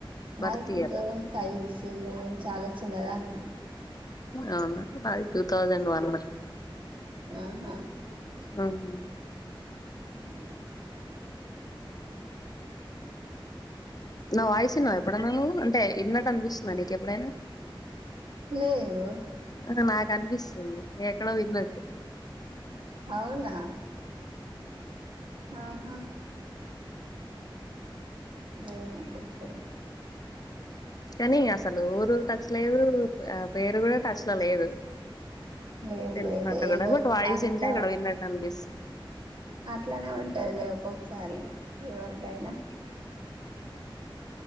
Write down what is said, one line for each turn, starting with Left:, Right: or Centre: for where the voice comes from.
Left: birth
Right: నాది two
Left: year
Right: thousand five చాలా చిన్నదాన్ని
Left: అవునా మాది టూ తౌసండ్ వన్
Right: ఆహా
Left: ఊహు
Right: మ్
Left: నా వాయిస్న్నావు ఎప్పుడన్నా అంటే ఈన్నట్టు అనిపిస్తుంది ననకి ఎపుడైనా
Right: లేదు
Left: అహ నాకు అనిపిస్తుంది ఎక్కడో విన్నట్టు
Right: అవునా ఆహా లేదనిపించలే
Left: కానీ అసలు ఊరు టచ్ లేదు ఆ పేరు కూడా టచ్ లో లేదు
Right: లేదు
Left: తెలిసినట్టు
Right: లేదు ఏదో
Left: కదా బట్ వాయిస్
Right: అంత
Left: వింటే ఎక్కడో విన్నట్టు అనిపిస్తుంది
Right: అట్లనే ఉంటదిలే ఒక్కొక్కసారి ఎవరిదయినా